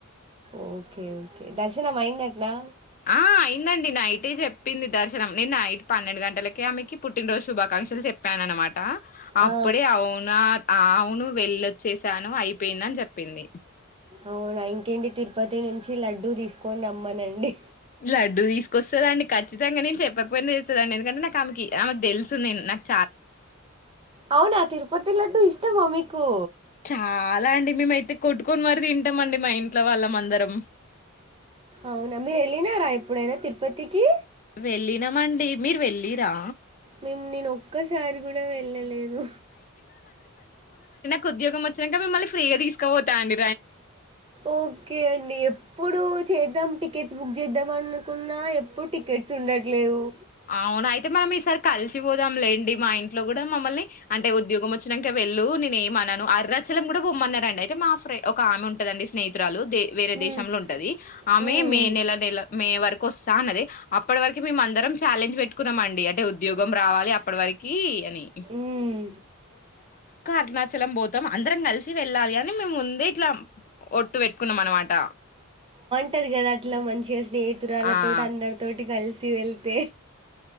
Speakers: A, on the right; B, on the left.
A: ఒకే ఒకే దర్శనమైందాట్నా
B: ఆ అయిందండి నైటే జేప్పింది. దర్శనం నీన్ నైట్ పన్నెండు గంటలకే ఆమెకి పుట్టినరోజు శుభాకాంక్షలు చెప్ ప్యాన్ అనమాట అప్పుడే
A: ఆ
B: అవునా అవును వెళ్లొచ్చేసాను అయిపోయిందని జేప్పింది.
A: అవునా ఇంకేంటి తిరుపతి నుంచి లడ్డూ తీసుకొని రమ్మనండి.
B: లడ్డు తీసుకొస్తుందండి కచ్చితంగా నే చెప్పకపోయినా తెస్తాదండి. ఎందుకంటే నాకు ఆమెకి ఆమెకు దేలుస్ కునినాక్
A: అవునా తిరుపతి లడ్డు ఇష్టమా మీకు.
B: చాలా అండి. మీమైతే కొట్టుకొని మరి తింటామండి. మా ఇంట్లో వాళ్ళమ్ అందరం.
A: అవునా మీరు ఏళ్ళినారా ఎప్పుడైనా తిరుపతికి.
B: ఏళ్ళినామండి మీరు వెళ్ళిరా
A: మీమ్ నీను ఒక్కసారి కూడా వెళ్ళలేదు.
B: కుద్యోగం వచ్చినాక మిమల్ని ఫ్రీగా తీసుకోపోతాండి.
A: ఓకే అండి ఎప్పుడు చేద్దాం టికెట్. బుక్ జేద్దాం అనుకున్న ఎప్పుడు టికెట్స్ ఉండట్లేవు.
B: అవునా అయితే మనం ఈసారి కాల్చిపొద్ధంలెండి. మా ఇంట్లో కూడా మమ్మల్ని అంటే ఉద్యోగ్. గో మొచ్చినాక వెళ్ళు నీన్ ఏమన్నాను. అరణాచలం కూడా పోమాన్నారండి. అయితే మాఫ్రె ఒక ఆమె ఉంటదండి స్నేహితురాలు దే వేరే
A: ఉమ్,
B: దేశంలో ఉంటది ఆమె
A: ఉమ్,
B: మే
A: ఉమ్,
B: నెల నెల మే వరకు. కొసా అన్నది అప్పటి వరకు మీమందరం. ఛాలెంజ్ పెట్టుకున్నామాండి అంటే ఉద్యోగం రావాలి అప్పటి వరకి అని.
A: ఉమ్,
B: కారుణాచలం పోతాం అందరం కలిసి వెళ్ళాలి అని మీముందే ఇట్లా. ఒట్టు పెట్టుకున్నాం అనమాట.
A: ఉంటది కదా అట్లా మంచిగా స్నేహితురాలతోటి
B: ఆ
A: అందరి తోటి కలిసి వెళ్తే.